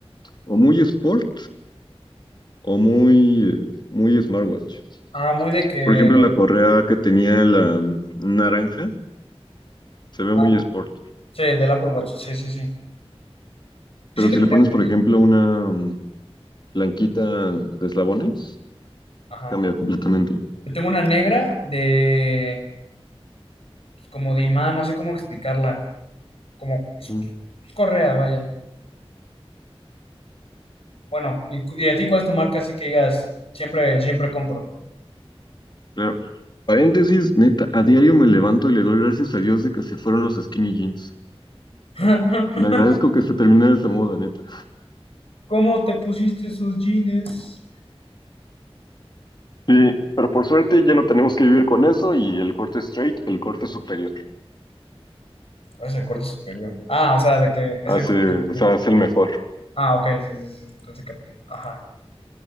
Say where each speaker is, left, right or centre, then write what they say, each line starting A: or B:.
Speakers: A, on the left; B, on the left.
A: o muy sport o muy, muy smartwatch.
B: Ah, muy de que.
A: Por ejemplo, la correa que tenía la mm, naranja se ve
B: Ah,
A: muy sport.
B: sí, del Apple Watch. Sí, sí, sí. Yo
A: Pero
B: siento
A: si le pones, por
B: que.
A: ejemplo, una mm, blanquita de eslabones,
B: Ajá.
A: Cambia completamente.
B: Yo tengo una negra de. pues, Como de imán, no sé cómo explicarla. Como. Es,
A: Mm,
B: es correa, vaya. Bueno, y, cu- y a ti cuál es tu marca, así que digas, siempre, siempre compro.
A: claro. Paréntesis, neta, a diario me levanto y le doy gracias a Dios de que se fueron los skinny jeans.
B: <laughs>
A: Le agradezco que se terminara esa moda, neta.
B: ¿Cómo te pusiste esos jeans?
A: Sí, pero por suerte ya no tenemos que vivir con eso y el corte straight, el corte superior,
B: ¿Cuál es el corte superior? Ah, o sea, de que es
A: hace,
B: el corte superior.
A: o sea, es el mejor.
B: Ah, ok, sí, sí, sí. Entonces capté. Ajá.